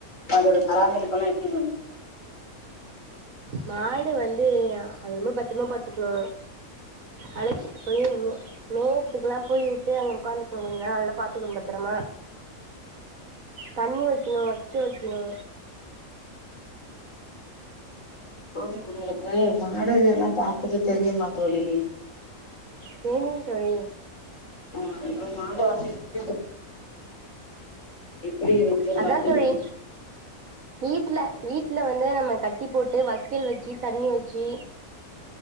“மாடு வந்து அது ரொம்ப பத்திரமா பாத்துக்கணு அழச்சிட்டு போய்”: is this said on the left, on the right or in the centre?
Right